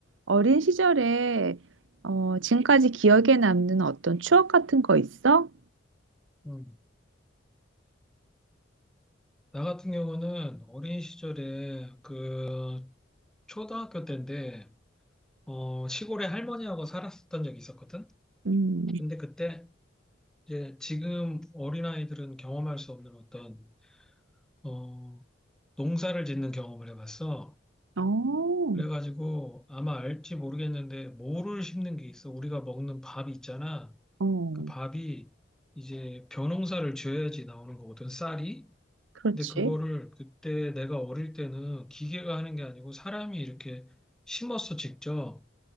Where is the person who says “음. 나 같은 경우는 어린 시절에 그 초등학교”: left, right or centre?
Centre